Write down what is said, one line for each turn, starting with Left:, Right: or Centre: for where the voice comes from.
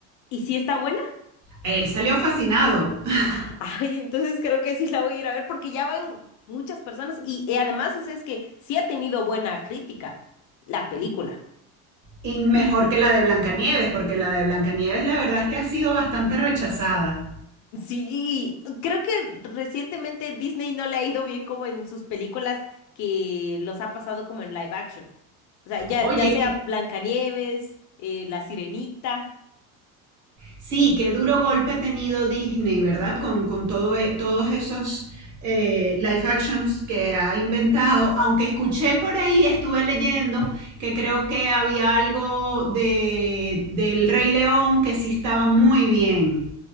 Left: ¿Y si está buena?
Right: Él salió fascinado, <laughs>
Left: Ah, Ay, entonces creo que sí la voy a ir a ver porque ya van muchas personas y, y además, o sea, es que sí ha tenido buena crítica la película.
Right: y mejor que la de Blancanieves, porque la de Blancanieves la verdad es que ha sido bastante rechazada.
Left: Sí, creo que recientemente Disney no le ha ido bien como en sus películas que los ha pasado como en live action. O sea, ya,
Right: Oye,
Left: ya sea Blancanieves, eh, La Sirenita.
Right: Sí, qué duro golpe ha tenido Disney, ¿verdad? Con, con todo, e- todos esos eh, live actions que ha inventado. Aunque escuché por ahí, estuve leyendo que creo que había algo de, del Rey León que sí estaba muy bien.